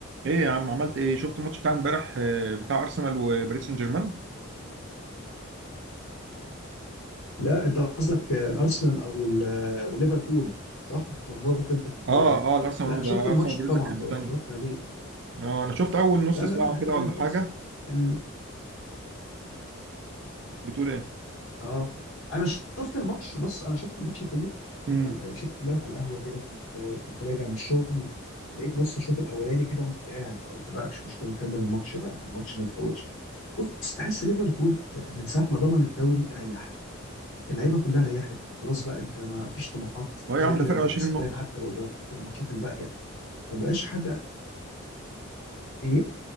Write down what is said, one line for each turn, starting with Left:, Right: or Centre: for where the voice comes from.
Right: ايه يا عم عملت ايه شفت الماتش بتاع امبارح آه، بتاع ارسنال وباريس سان جيرمان
Left: لا انت قصدك الارسنال او ال- وليفربول صح اتلخبطت انت في الكلام
Right: اه اه الارسنال
Left: لا
Right: وباريس
Left: شفت
Right: ده
Left: الماتش
Right: ارسنال وباريس
Left: طبعا
Right: ده كانت حته
Left: ده
Right: تانيه
Left: اتفرجت عليه
Right: اه انا شفت اول نص
Left: لا
Right: ساعه
Left: لا لا ده حته
Right: كده
Left: تانيه
Right: ولا حاجه
Left: خالص ال...
Right: بتقول ايه
Left: اه انا شفت الماتش بص انا شفت الماتش كله بتاع
Right: امم
Left: ال- شفت امبارح على القهوه كده كنت كنت راجع من الشغل لقيت نص الشوط الاولاني كده قمت قاعد بقى قلت بقى مش مشكله نكمل الماتش بقى الماتش ما يتفوتش بص تحس ليفربول آه، من ساعه ما ضمن الدوري ريح اللعيبه كلها ريحت خلاص بقى انت ما فيش طموحات
Right: هو إيه
Left: كده
Right: يا عم
Left: كده
Right: ده فرق
Left: انت
Right: 20
Left: كسبان
Right: نقطه
Left: حتى لو قدرت الماتشات الباقيه ما بقاش حد ايه